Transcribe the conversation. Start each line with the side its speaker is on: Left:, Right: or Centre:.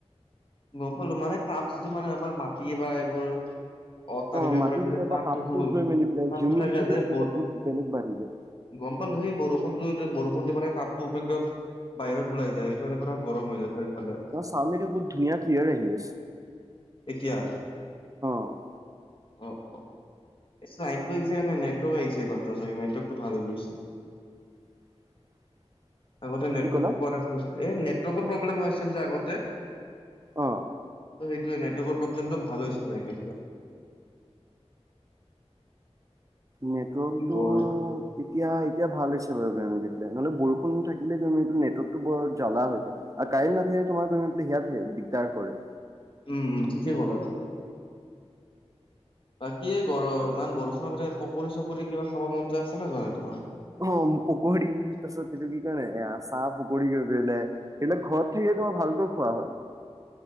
Left: গম পালো। মানে তাপ যিটো মানে আমাৰ মাটি বা এইবোৰ অট্টালিকাবোৰত
Right: অ মাটিৰ ভিতৰৰ
Left: যে
Right: পৰা
Left: তাপটো
Right: তাপটোত
Left: হুল,
Right: গৈ মেলি পেলাই
Left: তাপটো
Right: হিউমিডিটিটো
Left: থাকে যে
Right: তেতিয়া
Left: বৰ
Right: বহুত বেলেগ বাঢ়ি যায়।
Left: গম পালো। সেই বৰষুণটো যে বৰষুণ দি মানে তাপতো <unintelligible> বাহিৰত ওলাই যায়। সেইটোকাৰণে পুৰা গৰম হৈ যায় চাৰিওফালে।
Right: পানীটো বহু ধুনীয়া ক্লিয়াৰ আহি আছ
Left: এতিয়া।
Right: অ'।
Left: অ অ এই লাইনতটো আহিছে কাৰণে নেটৱৰ্ক আহিছে, মাত্ৰ চাগে নেটৱৰ্কটো ভাল হৈ গৈছে।
Right: <inaudible>
Left: আগতে নেটৱৰ্কতটো
Right: কি ক'লা
Left: পোৱা নাছিলো, এ নেটৱৰ্কৰ প্ৰব্লেম হৈ আছিল যে আগতে।
Right: অ
Left: ত' সেইয়ে নেটৱৰ্কৰ প্ৰব্লেমটো ভাল হৈছে চাগে এতিয়া।
Right: নেটৱৰ্কটো
Left: কি কৰ
Right: এতিয়া, এতিয়া ভাল হৈছে বাৰু গেমি দি পিলে নহলে বৰষুণ থাকিলে গৰমি দি নেটৱৰ্কো বৰ জ্বলা হৈ যায়। আৰু কাৰেন্ট নাথাকিলে তোমাৰ <unintelligible> দিগদাৰ কৰে।
Left: উম উম, ঠিকেই কলাতো। বাকি এই গৰ ইমান বৰষুণৰ মানে পকৰি চকৰি কিবা খাব মান যায় আছে নে জোৱা নাই তোমাৰ?
Right: অ' পকৰি তাৰপিছত, সেটো কি কই নাই আ চাহ পকৰি ঘ পলাই প ঘৰত থাকে, তোমাৰ ভালকৈ খোৱা হয়।